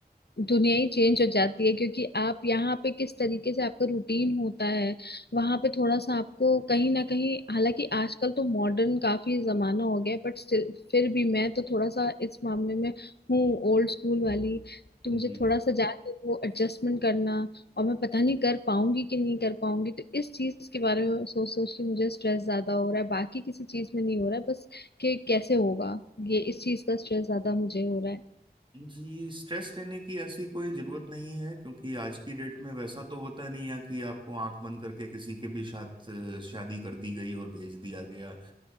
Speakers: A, on the left (about 75°); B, on the right (about 30°).
A: दुनिया ही चेंज हो जाती है क्योंकि आप यहाँ पे किस तरीके से आपका रूटीन होता है वहां पे थोड़ा सा आपको कहीं ना कहीं हालांकि आजकल तो मॉडर्न काफी जमाना हो गया बट स्टिल फिर भी मैं तो थोड़ा सा इस मामले में हूँ ओल्ड स्कूल वाली तो
B: जी
A: मुझे थोड़ा सा जाके वो एडजस्टमेंट करना और मैं पता नहीं कर पाऊंगी कि नहीं कर पाऊंगी तो इस चीज के बारे में सोच सोच के मुझे स्ट्रेस ज्यादा हो रहा है बाकी किसी चीज में नहीं हो रहा है बस कि कैसे होगा ये इस चीज का स्ट्रेस ज्यादा मुझे हो रहा है
B: जी स्ट्रेस लेने की ऐसी कोई जरूरत नहीं है क्योंकि आज की डेट में वैसा तो होता नहीं है कि आपको आंख बंद करके किसी के भी साथ अ, शादी कर दी गई और भेज दिया गया